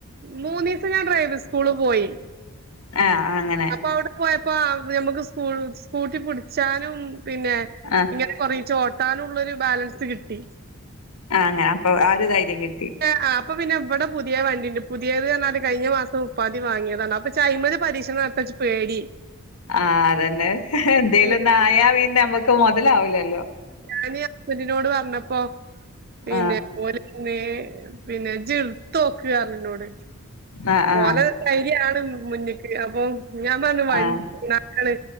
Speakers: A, on the right; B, on the left.
A: മൂന്നീസംഞാ ഡ്രൈവിംഗ്സ്കൂള് പോയി
B: ആഹ് അങ്ങനെ
A: അപ്പൊ അവ്ടെ പോയപ്പോ അവ് ഞമ്മക്ക് സ് സ്കൂട്ടി പുടിച്ചാനും പിന്നെ
B: ആഹ്
A: ഇങ്ങനെ കൊറീച്ചോട്ടാനുള്ളൊരു ബാലൻസ് കിട്ടി
B: ആഹ് അങ്ങനെ അപ്പൊ ആ ഒരു ധൈര്യം കിട്ടി.
A: ആഹ് അപ്പപിന്നെ ഇവടെ പുത്യേവണ്ടിണ്ട് പുത്യേത് അർഞ്ഞാല് കയിഞ്ഞ മാസം മുപ്പാന്തിവാങ്യേതാണ് അപ്പചയ്മല് പരീക്ഷണം നട് ത്താച്ച് പേടി
B: ആഹ് അതന്നെ എന്തേലൊന്നായാപിന്നെമ്മക്കഹ്
A: പിന്നെ
B: മൊതലാവൂലല്ലോ
A: ആഹ് ഞന് അസ്ബന്റിനോട് പർഞ്ഞപ്പോ പിന്നെ
B: ആഹ്
A: ഓല് പിന്നെ പിന്നെ ഇജ്ജ്ട്ത്തോക്ക് അർഞ്ഇന്നോട്
B: ആഹ് ആഹ്
A: ഓലെ ധൈര്യാണ് മുന്ന്ക്ക് അപ്പൊ ഞാൻ പറഞ്ഞു വണ്ടി
B: ആഹ്
A: വീണാ ക്കാണ്